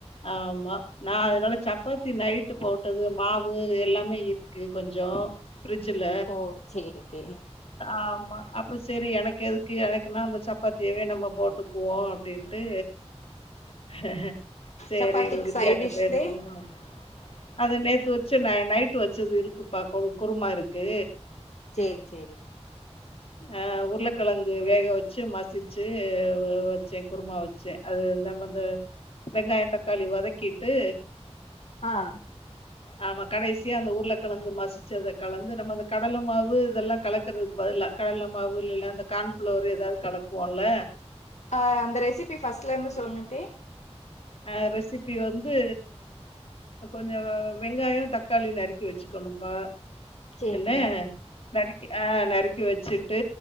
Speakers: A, on the left; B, on the left.
A: ஆமா நா அதனால சப்பாத்தி நைட்டு போட்டது மாவு எல்லாமே இருக்கு கொஞ்சோம் ஃபிரிட்ஜில
B: ஓ சேரி <unintelligible> த்தே
A: ஆமா அப்ப சரி எனக்கு எதுக்கு எனக்குன்னா அந்த சப்பாத்தியவே நம்ப போட்டுக்குவோ அப்டின்னு <unintelligible> செரி
B: சப்பாத்திக்
A: இவ வித்யாட்ட
B: சைட் டிஷ்
A: பேசணுமா
B: தே
A: அது நேத்து வச்சு ந நைட்டு வச்சது இருக்குப்பா கொ குருமா இருக்கு
B: செரி செரி
A: அஹ் உருளக்கெழங்கு வேக வச்சு மசிச்சு வச்சே குர்மா வச்சேன் அது இந்தமது வெங்காய தக்காளி வதக்கிட்டு
B: ஆஹ்
A: ஆமா கடைசியா அந்த உருளக்கெழங்கு மசிச்சத கலந்து நம்ம அந்த கடல மாவு இதெல்லா கலக்குறதுக்கு பதிலா கடல மாவு இல்லல்ல அந்த கான்ஃப்ளவர் ஏதாவ்து கலக்குவோல்ல
B: அஹ் அந்த ரெசிபி ஃபர்ஸ்ட்லெந்து சொல்லுங்க தே
A: ஆஹ் ரெசிபி வந்து கொஞ்சோ வெங்காயொ தக்காளி நறுக்கி வச்சுக்கணும்பா
B: சேரி
A: <unintelligible>
B: தே
A: நறுக்கி ஆஹ் நறுக்கி வச்சுட்டு